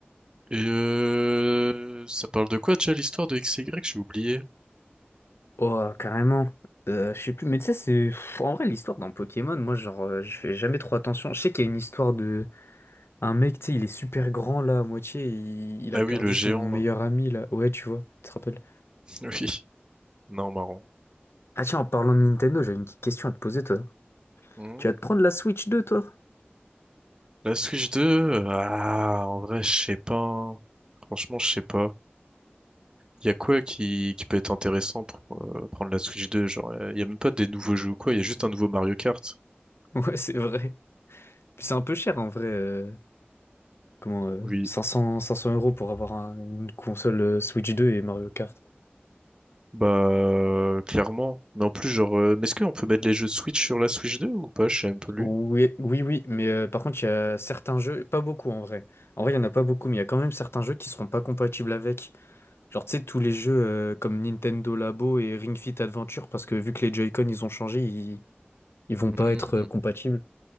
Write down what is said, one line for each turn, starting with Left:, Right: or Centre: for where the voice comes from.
Right: Et euh, ça parle de quoi déjà l'histoire de X XY? J'ai oublié.
Left: Oh, carrément. Euh, je sais plus, mais tu sais, c'est. pff, En vrai, l'histoire dans Pokémon, moi, genre, euh, je fais jamais trop attention. Je sais qu'il y a une histoire de. Un mec, tu sais, il est super grand là, à moitié, il... il
Right: Ah
Left: a perdu
Right: oui, le géant
Left: son meilleur
Right: là.
Left: ami là. Ouais, tu vois, tu te rappelles.
Right: <laughs> Oui. Non, marrant.
Left: Ah, tiens, en parlant de Nintendo, j'avais une petite question à te poser, toi.
Right: Hmm.
Left: Tu vas te prendre la Switch deux toi? <laughs>
Right: La Switch 2, euh, ah, en vrai, je sais pas. hein. Franchement, je sais pas. Il y a quoi qui, qui peut être intéressant pour euh, prendre la Switch 2? Genre, il y a même pas des nouveaux jeux ou quoi, il y a juste un nouveau Mario Kart.
Left: Ouais, c'est vrai. Puis c'est un peu cher en vrai. euh, Comment euh,
Right: Oui.
Left: cinq cents cinq cents euros pour avoir un- une console euh, Switch deux et Mario Kart.
Right: Bah, clairement. Mais en plus, genre, euh, mais est-ce qu'on peut mettre les jeux Switch sur la Switch 2 ou pas? Je sais même plus.
Left: Oui, oui, oui, mais euh, par contre, il y a certains jeux, pas beaucoup en vrai. En vrai, il y en a pas beaucoup, mais il y a quand même certains jeux qui seront pas compatibles avec. Genre, tu sais, tous les jeux euh, comme Nintendo Labo et Ring Fit Adventure, parce que vu que les Joy-Con ils ont changé, ils, ils vont
Right: Mhm.
Left: pas être euh, compatibles.